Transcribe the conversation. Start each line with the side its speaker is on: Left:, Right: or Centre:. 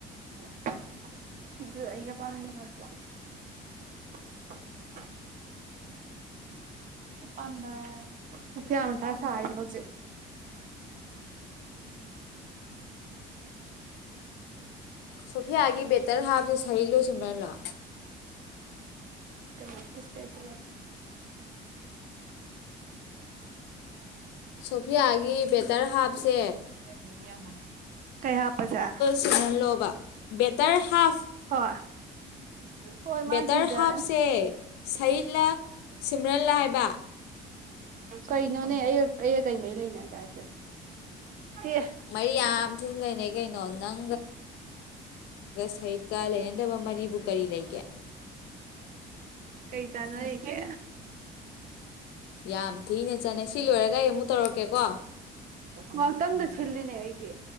Right: <unintelligible> ꯑꯝꯕ ꯐꯌꯥ ꯑꯃ ꯇ ꯁꯥꯔꯤ ꯍꯧꯖꯤꯛ
Left: ꯁꯣꯐꯤꯌꯥꯒꯤ ꯕꯦꯇꯔ ꯍꯥꯞꯁꯦ ꯁꯩ ꯂꯣꯏꯁꯤꯕꯂꯥ
Right: ꯎꯝ ꯁ ꯀꯁꯤ ꯊ ꯊꯥ
Left: ꯁꯣꯐꯤꯌꯥꯒꯤ ꯕꯦꯇꯔ ꯍꯥꯞꯁꯦ
Right: ꯀꯕꯗꯣ ꯩ ꯀꯩ ꯍꯥꯞꯄꯁꯦ
Left: ꯁꯤꯨꯅꯜꯂꯣꯕ ꯕꯦꯇꯔ ꯍꯥꯐ
Right: ꯋꯥ ꯍꯣꯏ ꯃꯥꯅ
Left: ꯕꯦꯇꯔ
Right: ꯁꯤꯡꯖꯔꯅꯦ
Left: ꯍꯥꯞꯁꯦ ꯁꯍꯤꯠꯂ ꯁꯤꯝꯔꯟꯂ ꯍꯥꯏꯕ
Right: ꯀꯩꯅꯣꯅꯦ ꯑꯩ ꯑꯩꯒ ꯀꯩꯃꯩ ꯂꯩꯅꯒ꯭ꯔ ꯍꯥꯏꯁꯦ ꯆꯦ
Left: ꯃꯔꯤ ꯌꯥꯝ ꯊꯤꯅ ꯂꯩꯅꯩ ꯀꯩꯅꯣ ꯅꯪ
Right: <inaudible> <inaudible>
Left: ꯁꯍꯤꯠꯀ ꯂꯩꯅꯗꯕ ꯃꯔꯤꯕꯨ ꯀꯔꯤ ꯂꯩꯒꯦ
Right: ꯀꯩ ꯆꯥꯅ ꯀꯦ
Left: ꯌꯥꯝ ꯊꯤꯅ ꯆꯥꯟꯅꯩ ꯁꯤ ꯂꯣꯏꯔꯒ ꯑꯩ ꯑꯃꯨꯛ ꯇꯧꯔꯛꯀꯦꯀꯣ
Right: ꯣ <inaudible> ꯁꯤꯜꯂꯤꯅꯦ ꯑꯩꯗꯤ